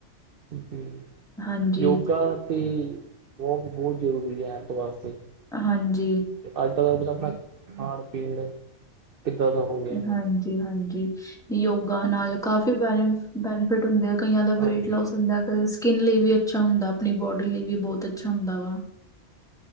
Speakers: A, on the right; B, in the centre.
A: ਹੂੰ,
B: ਹਾਂਜੀ
A: ਯੋਗਾ ਤੇ ਬੋਤ ਬਹੁਤ ਜ਼ਰੂਰੀ ਹੈ, ਹੈਲਥ ਵਾਸਤੇ
B: ਹਾਂਜੀ,
A: ਅੱਜ-ਕੱਲ੍ਹ ਪਤਾ ਆਪਣਾ ਖਾਣ ਪੀਣ, ਕਿੱਦਾਂ ਦਾ ਹੋ ਗਿਆ।
B: ਹਾਂਜੀ ਹਾਂਜੀ ਯੋਗਾ ਨਾਲ ਕਾਫ਼ੀ ਬੈਨੀ ਬੈਨੀਫਿਟ ਹੁੰਦੇ ਹੈ, ਕਈਆਂ ਦਾ
A: ਹਾਂਜੀ
B: ਵੇਟ ਲੋਸ ਹੁੰਦਾ। ਤੇ ਸਕਿੰਨ ਲਈ ਵੀ ਅੱਛਾ ਹੁੰਦਾ, ਆਪਣੀ ਬੋਡੀ ਲਈ ਵੀ ਬਹੁਤ ਅੱਛਾ ਹੁੰਦਾ ਵਾ